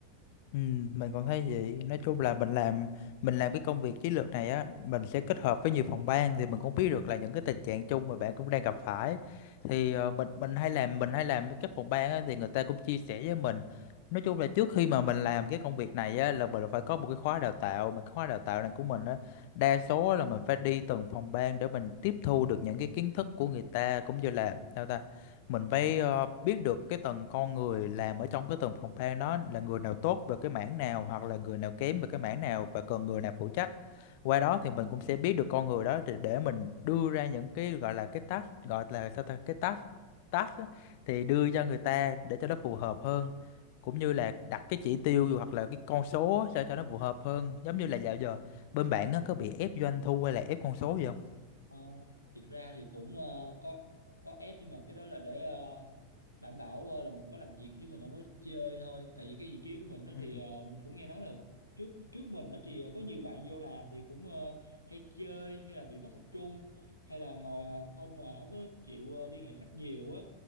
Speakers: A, on the left; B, on the left.
A: Ừ, mình cũng thấy vậy nói chung là mình làm mình làm cái công việc chiến lược này á mình sẽ kết hợp với nhiều phòng ban thì mình cũng biết được là những cái tình trạng chung mà bạn cũng đang gặp phải thì ờ, mình mình hay làm mình hay làm với các phòng ban á thì người ta cũng chia sẻ với mình nói chung là trước khi mà mình làm cái công việc này á là mình phải có một cái khóa đào tạo mà cái khóa đào tạo này của mình á đa số là mình phải đi từng phòng ban để mình tiếp thu được những cái kiến thức của người ta cũng như là sao ta mình phải ờ, biết được cái tầng con người làm ở trong cái tầng phòng ban đó là người nào tốt về cái mảng nào hoặc là người nào kém về cái mảng nào và cần người nào phụ trách qua đó thì mình cũng sẽ biết được con người đó để, để mình đưa ra những cái gọi là cái task gọi là sao ta cái task task á, thì đưa cho người ta để cho nó phù hợp hơn cũng như là đặt cái chỉ tiêu hoặc là cái con số sao cho nó phù hợp hơn giống như là dạo giờ bên bạn á, có bị ép doanh thu hay là ép con số gì không
B: Ờ, thiệt ra thì cũng ờ, có có ép nhưng mà cái đó là để ờ, đảm bảo ờ, là mình có làm việc chứ mình không có chơi thôi tại vì cái vị trí của mình đó
A: Ừ.
B: thì ờ, mình cũng nghe nói là trước trước mình đó thì ờ, có nhiều bạn vô làm thì cũng ờ, hay chơi hay là bị mất tập trung hay là ngồi ờ, không mà không có chịu ờ, liên hệ khách nhiều á